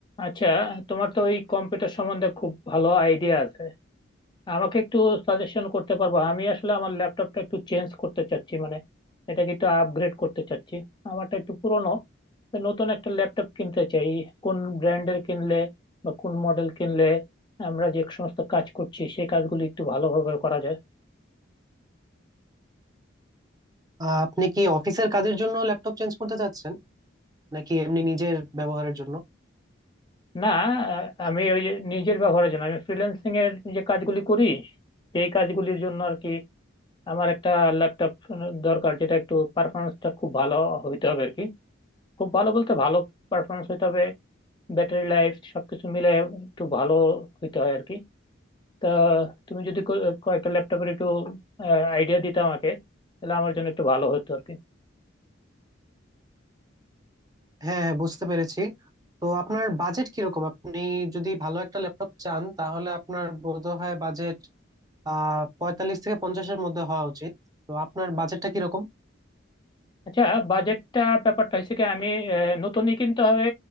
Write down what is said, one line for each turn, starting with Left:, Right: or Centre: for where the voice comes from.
Left: আচ্ছা তোমার তো ওই কম্পিউটার সম্বন্ধে খুব ভালো আইডিয়া আছে আমাকে একটু সাজেশন করতে পারবো আমি আসলে আমার ল্যাপটপটা একটু চেঞ্জ করতে চাচ্ছি মানে এটাকে একটু আপগ্রেড করতে চাচ্ছি আমারটা একটু পুরনো তো নতুন একটা ল্যাপটপ কিনতে চাই কোন ব্র্যান্ডের কিনলে বা কোন মডেল কিনলে আমরা যে সমস্ত কাজ করছি সেই কাজগুলি একটু ভালোভাবে করা যায়
Right: আহ, আপনি কি অফিসের কাজের জন্য ল্যাপটপ চেঞ্জ করতে চাচ্ছেন নাকি এমনি নিজের ব্যবহারের জন্য
Left: না আহ, আমি ওই যে নিজের ব্যবহারের জন্য আমি ফ্রিল্যান্সিং এর যে কাজগুলি করি সেই কাজগুলির জন্য আর কি আমার একটা ল্যাপটপ দরকার যেটা একটু পারফরমেন্সটা খুব ভালো হইতে হবে আর কি খুব ভালো বলতে ভালো পারফরমেন্স হইতে হবে ব্যাটারি লাইফ সবকিছু মিলে একটু ভালো হইতে হয় আর কি তা তুমি যদি ক- কয়েকটা ল্যাপটপের একটু আইডিয়া দিতে আমাকে তাহলে আমার জন্য একটু ভালো হতো আর কি
Right: হ্যাঁ হ্যাঁ বুঝতে পেরেছি তো আপনার বাজেট কিরকম আপনি যদি ভালো একটা ল্যাপটপ চান তাহলে আপনার বোধহয় বাজেট আহ পঁয়তাল্লিশ থেকে পঞ্চাশের মধ্যে হওয়া উচিত তো আপনার বাজেটটা কিরকম
Left: আচ্ছা বাজেটটা ব্যাপারটা হচ্ছে কি আমি আহ, নতুনই কিনতে হবে